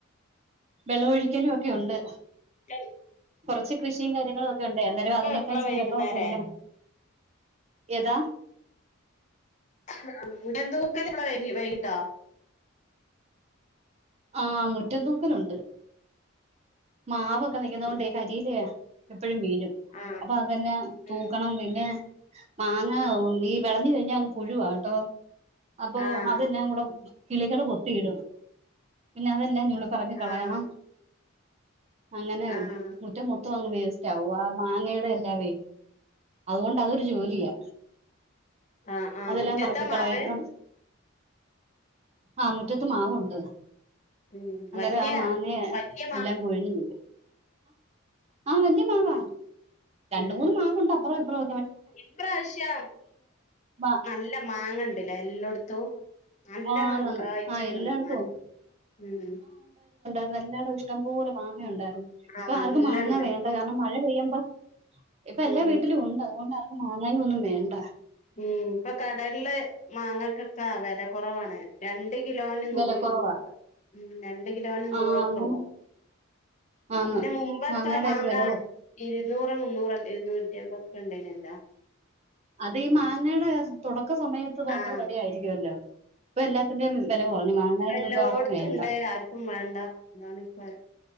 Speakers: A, on the right (about 30°); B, on the left (about 35°).
A: വെള്ളം ഒഴിക്കലും മൊക്കെ ഉണ്ട്
B: ശരി
A: കുറച്ച് കൃഷിയും കാര്യങ്ങളും ഉണ്ട് അതിനൊക്കെ
B: എപ്പളാ
A: ഇച്ചിരി
B: വൈകുന്നേരെ
A: വെള്ളമൊക്കെ ഒഴിക്കണം ഏതാ
B: <unintelligible> വൈകിട്ടോ
A: ആഹ് മുറ്റംതൂക്കലുണ്ട് മാവ് ക്കെനിക്കുന്നെകൊണ്ട്
B: ഉം
A: കരിയിലായ എപ്പോഴും വീഴും
B: ആഹ്
A: അപ്പൊ അതെല്ലാം തൂക്കണം
B: ഉം
A: പിന്നെ പി മാങ്ങ ഈ വിളഞ് കഴിഞ്ഞാ അങ്ങ് പുഴുവാട്ടോ അപ്പൊ
B: ആഹ്
A: അതെല്ലാം കൂടെ കിളികള് കൊത്തിയിടും പിന്നെ അതെ എല്ലാ നുള്ളി പറക്കി കളയണം
B: ആഹ്
A: അങ്ങനെ
B: ആഹ്
A: മുറ്റ മൊത്തം അങ്ങ് വ സ്റ്റാവുവ മാങ്ങയുടെ എല്ലാവേ അതുകൊണ്ട് അതൊരു ജോലിയാ
B: ആ ആഹ്
A: അതെല്ലാം
B: മുറ്റത്താ
A: പറക്കി
B: മാവ്
A: കളയക്കം ആ മുറ്റത്ത് മാവുണ്ട്
B: ഉം
A: അന്നേരം
B: വലിയ
A: ആ മാങ്ങ
B: വലിയ
A: എല്ലാം കൊഴിഞ്ഞുവീണു ആഹ് വലിയ മാവാ രണ്ട്മൂന്ന്
B: ഉം
A: മാവ് ഒണ്ട് അപ്പുറംഇപ്പുറം
B: ഇപ്രാവശ്യം
A: മാ
B: നല്ല മാങ്ങണ്ടില്ലേ എല്ലായിടത്തും നല്ലണ്ണം
A: ആന്നെന്ന്
B: കഴ്ച്ച്ക്ക്ണ്
A: ആ എല്ലായിടത്തും
B: മരം
A: ഉണ്ട്
B: ഉം
A: എല്ലായിടം ഇഷ്ടം പോലെ മാങ്ങ ഉണ്ടായിരുന്നു.
B: ആഹ്
A: ഇപ്പോ ആർക്കും
B: നല്ലണ്ട്
A: മാങ്ങ വേണ്ട കാരണം മഴ. മഴപെയ്യുമ്പോ ഇപ്പോ എല്ലാ
B: ഉം
A: വീട്ടിലും ഉണ്ട് അതുകൊണ്ടാ. മാങ്ങായൊന്നും വേണ്ട.
B: ഉം ഇപ്പോ കടകളിലെ മാങ്ങക്കൊക്കെ ആ വില. കുറവാണ് രണ്ട്. കിലോന് നൂറ്
A: വില കുറവാ
B: രൂപക്കെ ഉം രണ്ട് കിലോന്
A: ആ
B: നൂറൊക്കെ
A: അങ്ങനെ
B: ഉള്ളൂ
A: ആന്ന്
B: പിന്നെ മുമ്പക്കെ
A: മാങ്ങയുടെയൊക്കെ
B: മാങ്ങ
A: വില കൊ
B: ഇരുന്നൂറ് മുന്നൂറ ഇരുന്നൂറ്റ ണ്ടേനല്ലാ
A: അത് ഈ മാങ്ങയുടെ തുട ക്ക സമയത്ത് ഭയങ്കര
B: ആഹ്
A: വില ആയിരിക്കുമല്ലോ. ഇപ്പൊ എല്ലാത്തിന്റെയും വില കുറഞ്ഞു. മാങ്ങായൊന്നും
B: എല്ലായിടത്തും
A: ഇപ്പൊ ആർക്കും വേണ്ട
B: ഉണ്ട് ആർക്കും വേണ്ട അതാണയ്ക്കാരം